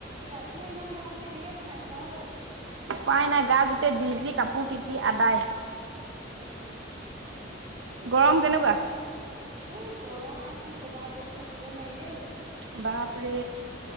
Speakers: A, on the right; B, on the right.
A: ৰাতিও ইমান গৰম কেনেকে বনাইছা অ',
B: উপায় নাই গা গোটেই বিজি কাপোৰ তিতি আদায়।
A: অ',
B: গৰম কেনেকুৱা?
A: এই গৰম আৰু কি ক'বা আক'তো থাকিব নোৱাৰি দেই
B: বাপৰে